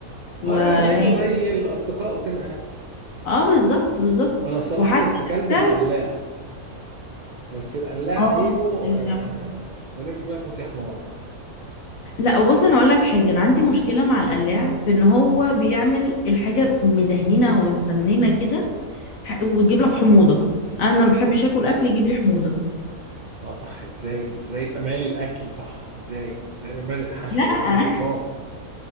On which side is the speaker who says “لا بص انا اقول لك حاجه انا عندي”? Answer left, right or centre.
Left